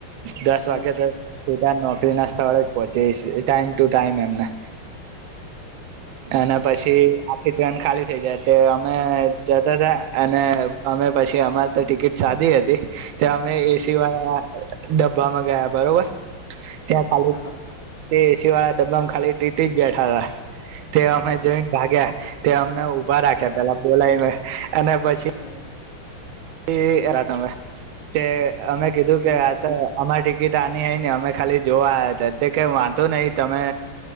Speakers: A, on the right; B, on the left.
A: દસ વાગ્યા
B: હમ
A: તેનોકરી નાસ્તા હળ પચે ટાઈમ ટુ ટાઈમ એમના અનેના પછી આખી ટ્રેન ખાલી થઇ જાય તે અમે જતા હતાા અને અમે પછી અમારે તો ટિકિટ સાદીી હતી ત્યા અમે એસી
B: હમ
A: વાળા ડબ્બામાં ગબ બરોબર ત્યાં કાલે
B: હા
A: તે પી વાળા ડબ્બામાં ખાલી ટીટી જ બેઠા હતા તે અમે
B: હા
A: જોઈને ભાગ્યા ત્યામ ઉભા રાખ્યા પેલા બોલાય એના પછી
B: હા
A: એ રાતમ તે અમે કીધું કે
B: હમ
A: આ તો અમારી ટિકિટ આની હય અમે ખાલી જોવા તો કે તો નહી તમે